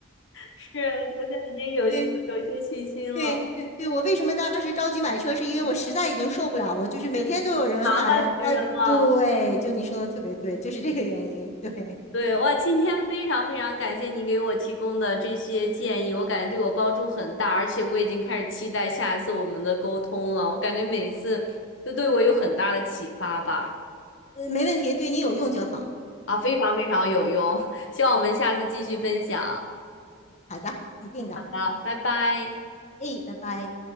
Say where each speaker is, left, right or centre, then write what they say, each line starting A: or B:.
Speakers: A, on the left (about 65°); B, on the left (about 35°).
A: 是，我现在已经有有有一些信心了，
B: 对对对对，
A: 麻
B: 我为什么当时着急买车，是因为我实在已经受不了了，就是每天都有人来。
A: 烦别人了。
B: 啊，对，就你说的特别对，就是这个原因。对，
A: 对，哇，今天非常非常感谢您给我提供的这些建议，我感觉对我帮助很大，而且我已经开始期待下一次我们的沟通了。我感觉每一次都对我有很大的启发吧，
B: 呃，没问题，对你有用就好。
A: 啊，非常非常有用，<laughs> 希望我们下次继续分享。
B: 好的，一定的。
A: 好的，拜拜。
B: 哎，拜拜。